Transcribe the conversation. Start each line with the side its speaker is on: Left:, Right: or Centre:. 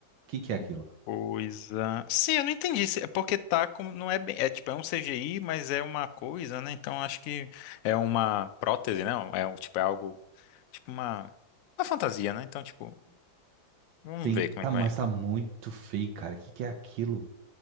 Right: que que é
Left: O
Right: aquilo?
Left: Coisa. Sim, eu não entendi. se- É porque tá como. Não é bem. É tipo, é um CGI, mas é uma coisa, né? Então acho que é uma prótese, não? É um- tipo, é algo. Tipo uma. Uma fantasia, né? Então, tipo, vamos
Right: Sim,
Left: ver como
Right: tá,
Left: é que
Right: mas
Left: vai.
Right: tá muito feio, cara. O que que é aquilo?